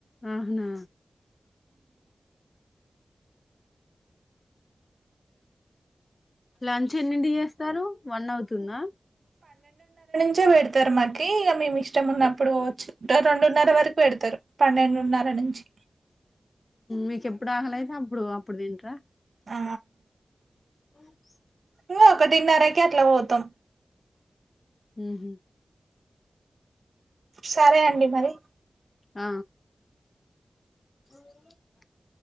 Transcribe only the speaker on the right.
కూర్చోపెడతారు మాకి ఇగ మేము ఇష్టం ఉన్నప్పుడు పోవచ్చు రెండున్నర వరకు పెడతారు పన్నెండున్నర నుంచి
ఆ
ఇంగా ఒకటిన్నరకి అట్లా పోతాం
సరే అండి మరి